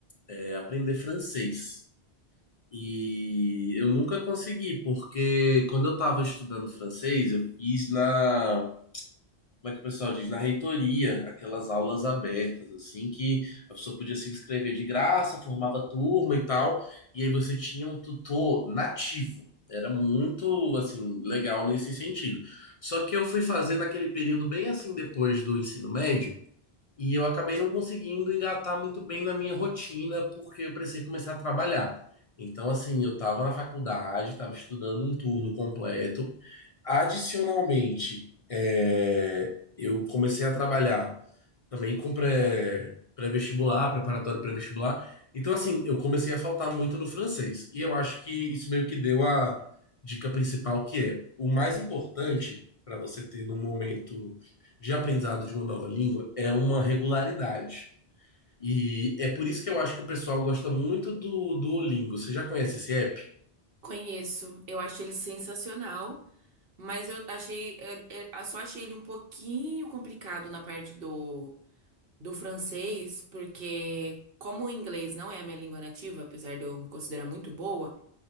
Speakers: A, on the left; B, on the right.
A: é, aprender francês. E eu nunca consegui, porque quando eu tava estudando francês, eu fiz na como é que o pessoal diz, na reitoria, aquelas aulas abertas, assim, que a pessoa podia se inscrever de graça, formava turma e tal, e aí você tinha um tutor nativo. Era muito, assim, legal nesse sentido. Só que eu fui fazer naquele período bem assim depois do ensino médio, e eu acabei não conseguindo engatar muito bem na minha rotina, porque eu precisei começar a trabalhar. Então, assim, eu estava na faculdade, estava estudando um turno completo, Adicionalmente, é, eu comecei a trabalhar também com pré, pré-vestibular, preparatório pré-vestibular. Então, assim, eu comecei a faltar muito no francês. E eu acho que isso meio que deu a dica principal, que é o mais importante para você ter no momento de aprendizado de uma nova língua é uma regularidade. E é por isso que eu acho que o pessoal gosta muito do do Duolingo. Você já conhece esse app?
B: Conheço, eu acho ele sensacional, mas eu achei, eu, eu só achei ele um pouquinho complicado na parte do, do francês, porque como o inglês não é a minha língua nativa, apesar de eu me considerar muito boa,